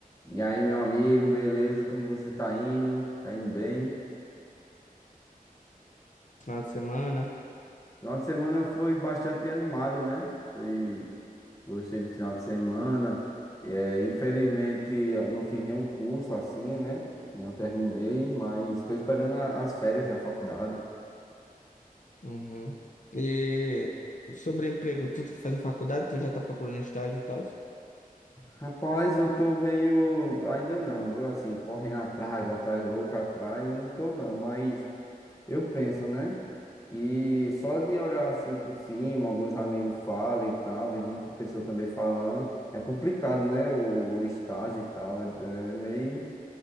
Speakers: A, on the left (about 20°); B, on the left (about 55°).
A: E aí, meu amigo, beleza? Como você tá indo? Tá indo bem?
B: Final de semana.
A: Final de semana foi bastante animado, né? Foi... Gostei do final de semana. E, é, infelizmente, eu não fiz nenhum curso assim, né? E não terminei, mas estou esperando a- as férias da faculdade.
B: Uhum. E sobre emprego, tu tá fazendo faculdade, tu já tá procurando estágio e tal?
A: Rapaz, eu tô meio. Ainda não, viu? Assim, correndo atrás, atrás, louco, atrás, eu não tô não, mas. Eu penso, né? E só de olhar assim por cima, alguns amigos falam e tal, vejo muita pessoa também falando. É complicado, né? O, o estágio e tal, é, é meio